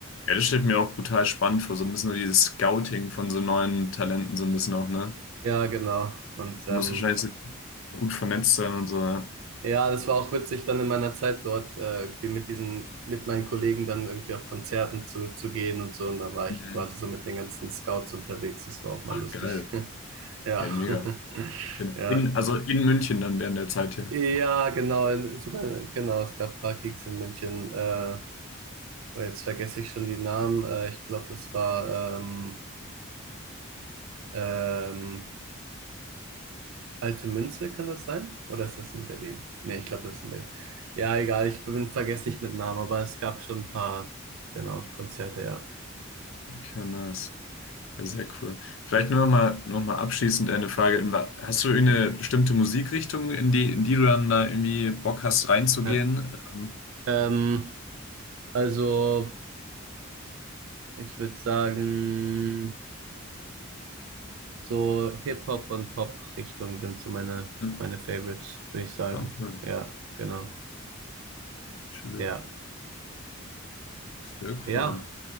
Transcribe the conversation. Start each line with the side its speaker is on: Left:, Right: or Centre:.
Left: Ja, das stellt mir auch brutal spannend vor, so ein bisschen so dieses Scouting von so neuen Talenten, so ein bisschen auch, ne?
Right: ja, genau. Und ähm,
Left: Du musst wahrscheinlich so gut vernetzt sein und so. ja.
Right: Ja, das war auch witzig, dann in meiner Zeit dort äh, irgendwie mit diesen, mit meinen Kollegen dann irgendwie auf Konzerten zu, zu gehen und so. Und da war
Left: Mhm.
Right: ich quasi so mit den ganzen Scouts unterwegs. Das war auch mal
Left: Ach,
Right: lustig.
Left: geil.
Right: <laughs> Ja.
Left: Hey, mega.
Right: <laughs> Ja.
Left: In, also in München dann während der Zeit hier.
Right: Ja, genau. in- Sogar, genau, es gab ein paar Gigs in München. Äh, oh, jetzt vergesse ich schon die Namen. Äh, ich glaube, das war ähm, ähm, Alte Münze, kann das sein? Oder ist das in Berlin? Nee, ich glaube, das ist in Berlin. Ja, egal, ich bin vergesslich mit Namen, aber es gab schon ein paar, genau, Konzerte, ja.
Left: Okay, nice. Ja, sehr cool. Vielleicht nur noch mal, noch mal abschließend eine Frage. In, wa- hast du eine bestimmte Musikrichtung, in die, in die du dann da irgendwie Bock hast, reinzugehen?
Right: Ja.
Left: Ähm,
Right: Ähm, also, ich würde sagen, so Hip-Hop und Pop-Richtung sind so meine,
Left: ja,
Right: meine Favorites, würde ich sagen.
Left: ah, cool.
Right: Ja, genau.
Left: Natürlich.
Right: Ja,
Left: Sehr
Right: ja,
Left: cool.